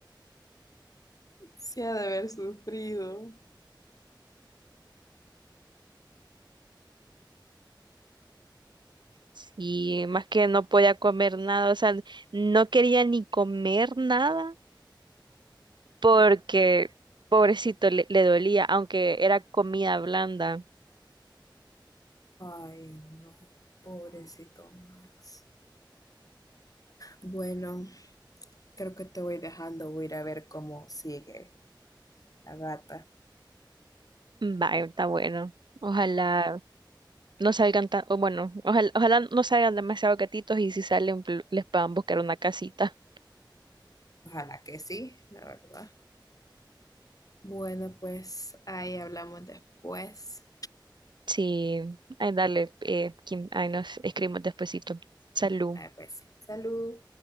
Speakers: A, on the left; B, on the right.
A: Se ha de haber sufrido.
B: Sí, más que no podía comer nada, o sea, no quería ni comer nada porque pobrecito le, le dolía, aunque era comida blanda.
A: Ay, no, pobrecito Max. Bueno, creo que te voy dejando. Voy a ir a ver cómo sigue la gata.
B: Vaya, está bueno. Ojalá. no salgan tan, o bueno, ojalá, ojalá no salgan demasiado gatitos y si salen pl- les puedan buscar una casita.
A: Ojalá que sí, la verdad. Bueno, pues ahí hablamos después.
B: Sí, ay, dale, eh, Kim, ay, nos escribimos despuesito. Salud.
A: Ah, pues, salud.